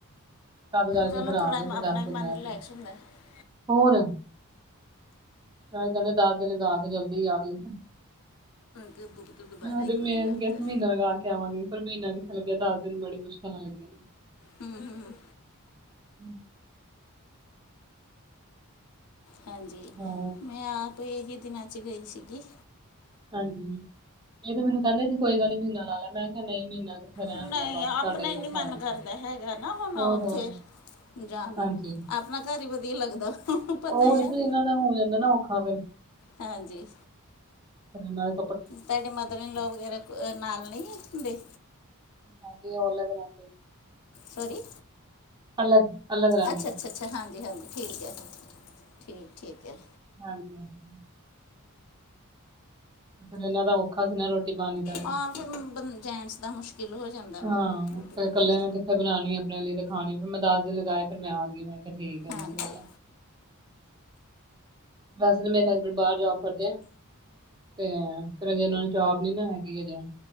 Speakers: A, on the right; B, on the left.
A: ਤਦ ਕਰਕੇ
B: ਚਲੋ
A: ਫੇਰ ਆ
B: ਥੋੜ੍ਹਾ
A: ਗਏ ਸੀ।
B: ਆਪਣਾ
A: ਦੱਸ
B: ਵੀ
A: ਦਿਨਾ
B: ਮਨ ਰਿਲੈਕਸ
A: ਰਹਿ ਕੇ,
B: ਹੁੰਦਾ ਹੈ।
A: ਹੋਰ। ਤਾਂ ਵੀ ਕਹਿੰਦੇ ਦਸ ਦਿਨ ਲਗਾ ਕੇ, ਜਲਦੀ ਆ ਗਈ।
B: ਕਿ ਬੁੱਕ ਤੋਂ ਦੁਬਾਰਾ
A: ਆਹ
B: ਇੱਕ
A: ਤੇ ਮੈਂ
B: ਵਾਰੀ ਯਾਦ
A: ਵੀ ਕਿਹਾ ਸੀ
B: ਕਰ
A: ਮਹੀਨਾ ਲਗਾ ਕੇ ਆਵਾਂਗੀ, ਪਰ ਮਹੀਨਾ ਨਹੀ ਸੀ ਲੱਗਿਆ ਦੱਸ ਦਿਨ ਬੜੀ ਮੁਸ਼ਕਿਲ ਨਾਲ ਲੱਗਦੇ ਨੇ।
B: ਹੂ ਹੂ
A: ਹੂੰ
B: ਹਾਂਜੀ
A: ਹਾਂ
B: ਮੈਂ ਆਪ ਇਹੀ ਦਿਨਾਂ 'ਚ ਗਈ ਸੀਗੀ।
A: ਹਾਂਜੀ, ਇਹ ਤੇ ਮੈਨੂੰ ਕਹਿੰਦੇ ਜੀ ਕੋਈ ਗੱਲ ਨੀ ਮਹੀਨਾ ਲੈ, ਮੈਂ ਕਿਹਾ ਨਹੀਂ ਮਹੀਨਾ ਕਿੱਥੇ ਰਹਿਣ
B: ਨਹੀਂ
A: ਹੁੰਦਾ ਬਾਹਰ,
B: ਆਪਣਾ
A: ਤੁਹਾਡਾ
B: ਹੀ ਨਹੀਂ
A: ਔਖਾ
B: ਮਨ
A: ਆ ਜਾਂਦਾ।
B: ਕਰਦਾ ਹੈਗਾ ਨਾ, ਨਾ
A: ਹੋਰ
B: ਉੱਥੇ
A: ਹੋਰ
B: ਜਾਣ
A: ਹਾਂਜੀ
B: ਨੂੰ, ਆਪਣਾ ਘਰ ਹੀ ਵਧੀਆ ਲੱਗਦਾ। ਪਤਾ
A: ਹੋਰ ਫੇਰ
B: ਆ
A: ਇਹਨਾਂ ਦਾ ਹੋ ਜਾਂਦਾ ਨਾ, ਔਖਾ ਫੇਰ
B: ਹਾਂਜੀ।
A: ਨਾਲ
B: ਤੁਹਾਡੇ ਮਦਰ ਇਨ ਲਾਅ, ਵਗੈਰਾ ਨਾਲ ਨਹੀਂ ਹੁੰਦੇ।
A: ਹੈਗੀ ਉਹ ਲਗ ਰਾ ਦੇ।
B: ਸੋਰੀ,
A: ਅਲੱਗ ਅਲੱਗ ਰਹਿੰਦੇ
B: ਅੱਛਾ ਅੱਛਾ
A: ਆ
B: ਅੱਛਾ, ਹਾਂਜੀ ਹਾਂਜੀ ਠੀਕ ਹੈ। ਠੀਕ ਠੀਕ ਹੈ।
A: ਹਾਂਜੀ ਹਾਂਜੀ, ਫਿਰ ਇਹਨਾਂ ਦਾ ਔਖਾ ਸੀ ਨਾ ਰੋਟੀ ਪਾਣੀ। ਦਾ ਵੀ
B: ਆਾਂ ਫਿਰ ਬ ਜੈਂਟਸ ਦਾ ਮੁਸ਼ਕਿਲ ਹੋ ਜਾਂਦਾ। ਮਗਰੋਂ
A: ਹਾਂ
B: ਰੋਟੀ
A: ਫਿਰ
B: ਪਾਣੀ
A: ਇਕੱਲੇ
B: ਦਾ
A: ਨੇ ਕਿੱਥੇ ਬਣਾਉਣੀ ਆਪਣੇ ਲਈ ਤੇ ਖਾਣੀ, ਫਿਰ ਮੈਂ ਦੱਸ ਦਿਨ ਲਗਾਏ, ਫਿਰ ਮੈਂ ਆ ਗਈ, ਮੈਂ ਠੀਕ ਹੈ,
B: ਹਾਂਜੀ
A: ਬਹੁਤ ਵੈਸੇ ਤੇ ਮੇਰੇ ਹਸਬੈਂਡ, ਬਾਹਰ ਜੋਬ ਕਰਦੇ ਆ। ਤੇ ਫਿਰ ਅਜੇ ਇਹ ਨੂੰ ਜੋਬ ਨੀ ਨਾ ਹੈਗੀ, ਅਜੇ।